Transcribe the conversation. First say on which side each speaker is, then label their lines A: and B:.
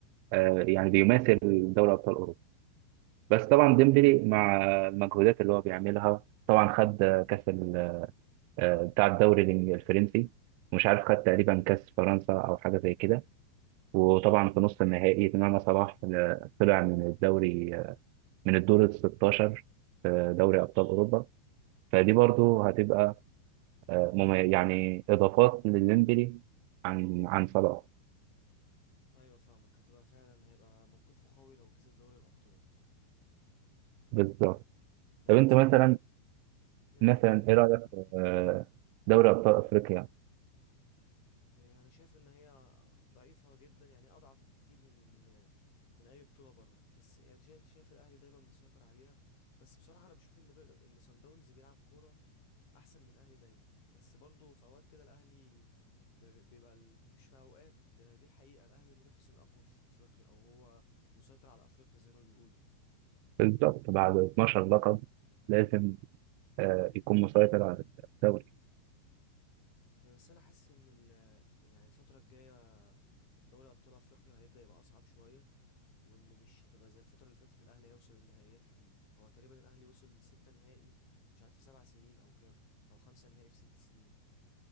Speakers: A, on the right (about 85°); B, on the left (about 80°).
A: آه، يعني بيماثل دوري ابطال اوروبا بس طبعا ديمبلي مع المجهودات اللي هو بيعملها طبعا خد آه، كاس ال- آه، بتاع الدوري الإنج- الفرنسي مش عارف خد تقريبا كاس فرنسا او حاجه زي كده وطبعا في نص النهائي تمام صلاح آه، طلع من الدوري آه، من الدور ال 16 في دوري ابطال اوروبا فدي برضو هتبقى آه، مم- يعني اضافات لديمبلي عن عن صلاح
B: ايوه فاهمك هتبقى فعلا هيبقى موقفه قوي لو كسب دوري الابطال
A: بالظبط
B: لكن
A: طب انت
B: صلاح
A: مثلا
B: ماشي
A: مثلا
B: معاك
A: ايه رايك في آه، دوري ابطال افريقيا
B: إيه، انا شايف ان هي ضعيفه جدا يعني اضعف بكتير من من اي بطوله بره بس يعني شايف انت شايف الاهلي دايما مسيطر عليها بس بصراحه انا بشوف ان بر- ان صن داونز بيلعب كوره احسن من الاهلي دايما بس برضه في اوقات كده الاهلي ب- بيبقى ال- مش في اوقات ده دي الحقيقه الاهلي المنافس الاقوى في افريقيا او هو مسيطر على افريقيا زي ما بيقولوا
A: بالظبط بعد 12 لقب لازم آه، يكون مسيطر على الدوري
B: يعني بس انا حاسس ان ال يعني يعني الفتره الجايه دوري ابطال افريقيا هيبدا يبقى اصعب شويه وان مش هتبقى زي الفتره اللي فاتت الاهلي هيوصل النهائيات كتير هو تقريبا الاهلي وصل ستة نهائي مش عارف في سبع سنين او كام او خمسة نهائي في ست سنين